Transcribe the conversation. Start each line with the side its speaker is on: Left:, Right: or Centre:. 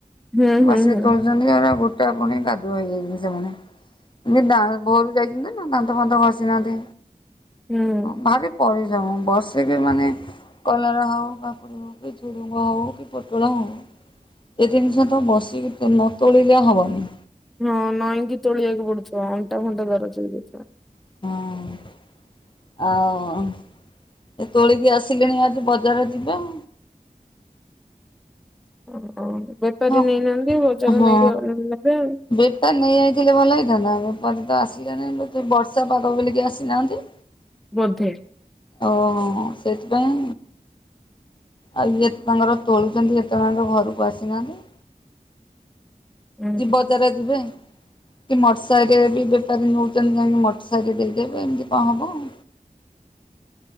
Centre: ହୁଁ ହୁଁ
Left: ବସିକି
Centre: ହୁଁ
Left: ତୋଳୁଚନ୍ତି ଗୋଟା ପୁଣି କାଦୁଅ ହେଇଯାଇଚନ୍ତି ସେମାନେ। ଏତି ଭୋରୁ ଯାଇଚନ୍ତିନା ଦାନ୍ତ ଫାନ୍ତ ଘସିନାହାନ୍ତି
Centre: ହୁଁ
Left: ଭାରି ପରିଶ୍ରମ ବସିକି ମାନେ କଲାର ହଉ କାକୁଡ଼ି ଝୁଡ଼ଗ ହୋଉ କି ପୁଟଳ ହୋଉ <unintelligible> ତ ବସିକି ନତୋଳିଲେ ହବନି।
Centre: ହଁ ନଈଁକି ତୋଳିବାକୁ ପଡ଼ୁଥିବ ଅଣ୍ଟା ଫଣ୍ଟା ଦରଜ ହେଇଯାଇଥିବ।
Left: ହଁ। ଆଉ ଏତୋଳିକି ଆସିଲେଣି ଆଜି ବଜାର ଯିବେ।
Centre: ଓହୋ ବେପାରୀ
Left: ହଁ
Centre: ନେଇନାହାନ୍ତି ବଜାର
Left: ହଁ।
Centre: ନେଇକି ନେବେ।
Left: ବେପାର ନେଇଯାଇଥିଲେ ଭଲ ହେଇଥାନ୍ତା ବେପାରୀତ ଆସିଲେ ନାହେ ବୋଧେ ବର୍ଷା ପାଗ ବୋଲିକି ଆସିନାହାନ୍ତି।
Centre: ବୋଧେ।
Left: ଓହୋ ସେଥିପାଇଁ। ଆଉ ଇଏତାଙ୍କର ତୋଳୁଚନ୍ତି ଏତେଳଆଙ୍କ ଘରକୁ ଆସିନାହାନ୍ତି।
Centre: ହୁଁ
Left: କି ବଜାର ଯିବେ କି ମଟର ସାହିରେବି ବେପାରୀ ନେଉଚନ୍ତି କାହିଁକି ମଟରସହିରେ ଦେଇଦେବେ ଏମିତି କଁ ହବ ଆଉ।